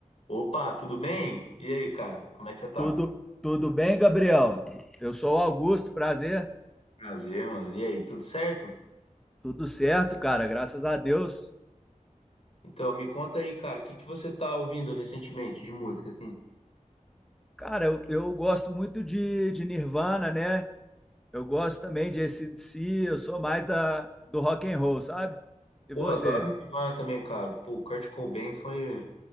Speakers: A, on the left (about 50°); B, in the centre.
A: Opa, tudo bem? E aí, cara? Como é que você tá?
B: Tudo, tudo bem, Gabriel? Eu sou o Augusto, prazer.
A: Prazer, mano. E aí, tudo certo?
B: Tudo certo, cara, graças a Deus.
A: Então, me conta aí, cara, o que que você tá ouvindo recentemente de música, assim?
B: Cara, eu, eu gosto muito de, de Nirvana, né? Eu gosto também de AC/DC, eu sou mais da, do rock and roll, sabe? E
A: Pô,
B: você?
A: adoro Nirvana também, cara. Pô, o Kurt Cobain foi,